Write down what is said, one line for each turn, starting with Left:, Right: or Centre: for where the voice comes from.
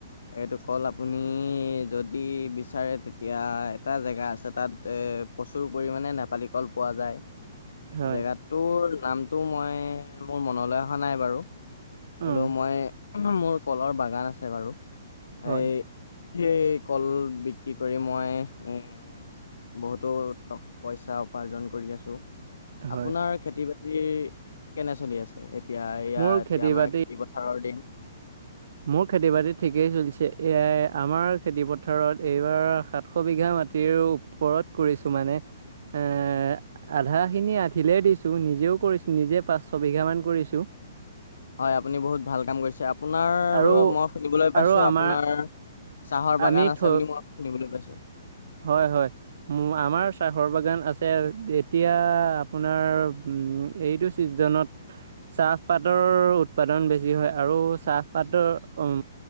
Left: এইটো ক'ল আপুনি যদি বিচাৰে তেতিয়া এটা জেগা আছে, তাত প্ৰচুৰ পৰিমাণে নেপালী কল পোৱা যায়।
Right: হয়
Left: জেগাটোৰ নামটো মই, মোৰ মনলৈ অহা নাই বাৰু। হ'লো
Right: উম
Left: মই মোৰ কলৰ বাগান আছে বাৰু
Right: হয়
Left: এই। সেই কল বিক্ৰী কৰি মই এ বহুতো টক পইচা উপাৰ্জন কৰি আছোঁ। আপোনাৰ
Right: হয়
Left: খেতি বাতি। কেনে চলি আছে এতিয়া এয়া
Right: মোৰ
Left: এতিয়া
Right: খেতি
Left: আমাৰ
Right: বাতি
Left: খেতি পথাৰৰ দিন।
Right: মোৰ খেতি বাতিত ঠিকেই চলিছে এয়াই আমাৰ খেতি পথাৰত এইবাৰ সাতশ বিঘা মাটিৰ ও পৰত কৰিছোঁ মানে এ আধাখিনি আধিলে দিছোঁ নিজেও কৰিছোঁ নিজে পাঁচশ বিঘামান কৰিছোঁ।
Left: হয় আপুনি বহুত ভাল কাম কৰিছে। <unintelligible> আপোনাৰ
Right: আৰু
Left: মই শুনিবলৈ পাইছোঁ
Right: আৰু আমাৰ
Left: আপোনাৰ চাহৰ
Right: আমি
Left: বাগান আছে
Right: থ
Left: বুলি মই শুনিবলৈ পাইছোঁ।
Right: হয় হয়। আমাৰ চাহৰ বাগান আছে এতিয়া আপোনাৰ উম। এইটো ছিজনত। চাহপাতৰ উৎপাদন বেছি হয় আৰু চাহপাতৰ উম